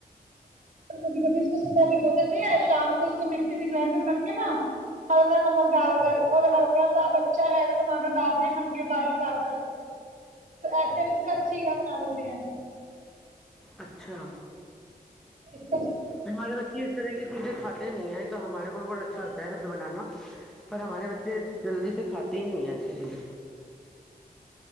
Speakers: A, on the right; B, in the centre.
A: کبھی کبھی اس کو صبح بھی ہو جتے ہے شام کو اس کو مکسی میں گرائنڈر کر کے نا ہلکا نمک ڈال کر اور ہلکا ساب اچھا ہے تو ٹماٹر ڈالتے ہیں ہلکی بار کاٹ کر تو ایسس کر چیلا بنا دیتے ہیں
B: اچھا
A: ہاں
B: ہمارے بچے اس طرح کی چیزیں کاتے نہیں ہیں تو ہمارے کوئی بڑا اچھا <unintelligible> پر ہمارے بچے جلدی سے کاتی ہی نہیں ہے ای چیز